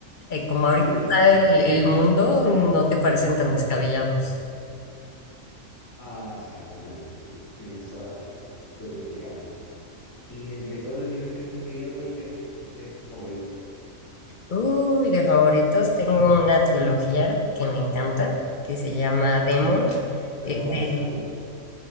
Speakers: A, on the left; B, on the left.
A: eh, como ahorita
B: Sí,
A: está
B: sí.
A: el, el mundo, no te parecen tan descabellados.
B: Ah, exactamente, sí. Tienes toda la razón, definitivamente. Y entre todos los libros que te has leído, ¿cuál crees que tu- es tu favorito?
A: Uy, de favoritos tengo una trilogía que me encanta, que se llama Demon.
B: Pero
A: Es de-
B: ah, solo uno.